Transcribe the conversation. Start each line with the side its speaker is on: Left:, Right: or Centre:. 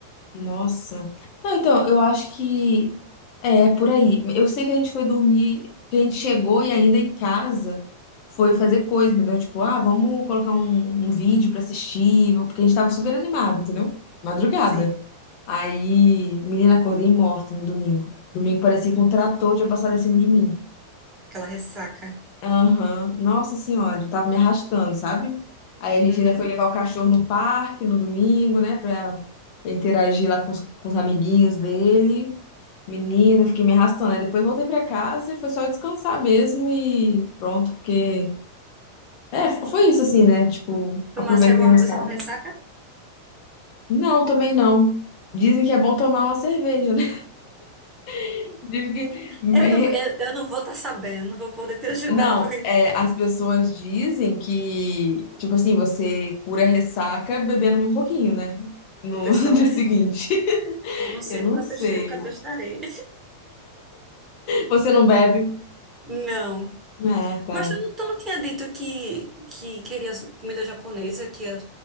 Left: nossa. Não, então, eu acho que É, por aí. Eu sei que a gente foi dormir, que a gente chegou e ainda em casa foi fazer coisa, entendeu? Tipo, ah, vamos colocar um, um vídeo pra assistir, vamos- porque a gente tava super animado, entendeu? Madrugada.
Right: Sim.
Left: Aí, menina, acordei morta no domingo. Domingo parecia que um trator
Right: Não.
Left: tinha passado em cima de mim.
Right: Aquela ressaca.
Left: Aham, Nossa senhora, eu tava me arrastando, sabe? Aí a gente
Right: Uhum.
Left: ainda foi levar o cachorro no parque no domingo, né, pra interagir lá com os, com os amiguinhos dele. Menino, fiquei me arrastando. Aí depois voltei pra casa e foi só descansar mesmo e pronto, porque. É, f- foi isso assim, né? Tipo,
Right: Tomasse
Left: aproveitei
Right: alguma
Left: no
Right: coisa
Left: sábado.
Right: pra ressaca?
Left: Não, também não. Dizem que é bom tomar uma cerveja, né? <laughs> Dizem que.
Right: Eu
Left: é,
Right: não, eu, eu não vou estar sabendo, não vou poder te ajudar
Left: Não,
Right: com isso.
Left: é, as pessoas dizem que, tipo assim, você cura a ressaca bebendo um pouquinho, né? No
Right: O pessoal
Left: <laughs> dia seguinte.
Right: diz, né? Eu não sei,
Left: Eu não
Right: nunca
Left: sei.
Right: testei, nunca testarei.
Left: Você não bebe?
Right: <laughs> Não.
Left: Ah, tá.
Right: Mas tu não, tu não tinha dito que, que queria comida japonesa, que ia